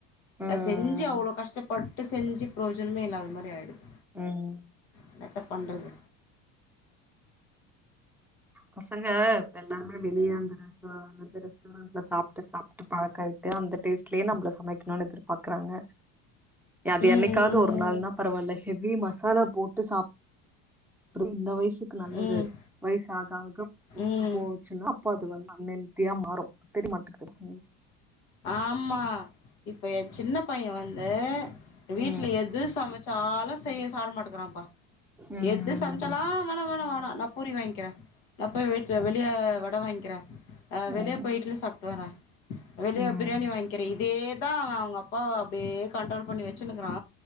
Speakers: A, in the centre; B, on the left.
A: ம் ம்
B: செஞ்சு அவ்வளோ கஷ்டப்பட்டு செஞ்சி பிரஜோனமே இல்லாத மாரி ஆயிடுது
A: உம்
B: என்னத்த பண்றது
A: பசங்க எல்லாமே வெளிய அந்த <unintelligible> அல்லது ரெஸ்டாரண்ட்ல சாப்பிட்டு சாப் பழக்கயிட்டு அந்த டேஸ்ட் ட்லயே நம்மள சமைக்கணும்னு எதிர்பார்கறாங்க அது
B: ம்
A: என்னைக்காவது ஒரு நாள்னா
B: ம்
A: பரவாயில்ல ஹெவி மாஸ் மசாலா போட்டு சாப் அப்டி இந்த வயசு <unintelligible> நல்லது
B: ம்
A: வயசு ஆகாக போ
B: ம் ம்
A: போச்சுன்னா அப்ப அது வந்து <unintelligible> <unintelligible> மாறு தெரிய மாட்டுக்குது
B: ஆமா இப்ப எ சின்ன பைய வந் தே
A: ம்
B: வீட்டுல எது சமைச் சாலஸ் <unintelligible> மாட்டேக்கிறான்ப்பா
A: ம் ம்
B: எது சமைச்சாலாலு வேணா வேணா நா பூரி வாங்கிற அப்ப வீட்டுல
A: ம்
B: வெளிய வடை வாங்கி க்கிற ஆஹ்
A: ம்
B: வெளிய போய் இட்லி சாப்பிட்டுவர வெளிய
A: ம்
B: பிரியாணி வாங்கிற இதேதா அவ அவங்க அப்பா அப்படியே கண்ட்ரோல் பண்ணி வச்சுனுக்கிறா